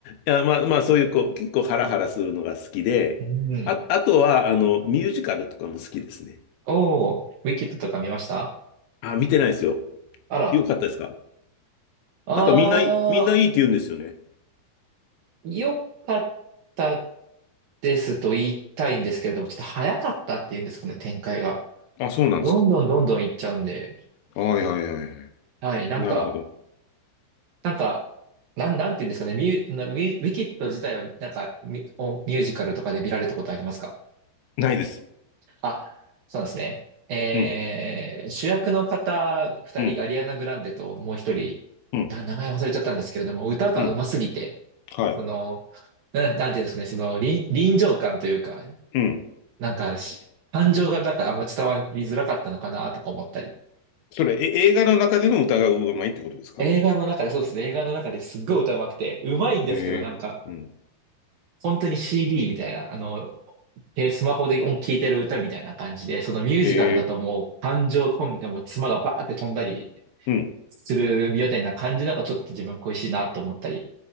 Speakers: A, on the left; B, on the right.
A: やまあまあ、そういう、こう、結構ハラハラするのが好きで、
B: うん。
A: あ、あとは、あの、ミュージカルとかも好きですね。
B: おー、ウィキッドとか見ました
A: あ、見てないですよ。
B: あら。
A: よかったですか
B: あ
A: なんかみんないい、みんないいって言うんですよね。
B: ー、よかったですと言いたいんですけれども、ちょっと早かったっていうんですかね、展開が。
A: あ、そうなんですか。
B: どんどんどんどんいっちゃうんで。
A: はいはいはいはい。
B: はい、なんか、
A: なるほど。
B: なんか、なん、なんていうんですかね、ミュ、なミュウィキッド自体は、なんかミ、おミュージカルとかで見られたことありますか
A: ないです。
B: あ、そうですね。えー主役の方二人がアリアナ・
A: うん、うん、
B: グランデともう一人、
A: うん、
B: な、名前忘れちゃったんですけれども、歌が上手すぎて、
A: うん。はい。
B: その、な、なんていうんですかね、その臨、臨場感というか、
A: うん。
B: なんかし、感情がなんかあんま伝わりづらかったのかなとか思ったり。
A: それ、え、映画の中での歌がうまいってことですか
B: 映画の中で、そうですね、映画の中ですっごい歌上手くて、上手いんですけど、
A: ええうん。
B: なんか、本当に CD みたいな、あの、で、スマホで音聴いてる歌みたいな感じで、そのミュージカルだともう感情込めてもう妻がバーって飛んだり、
A: ええうん。
B: するみたいな感じなんかちょっと自分恋しいなと思ったり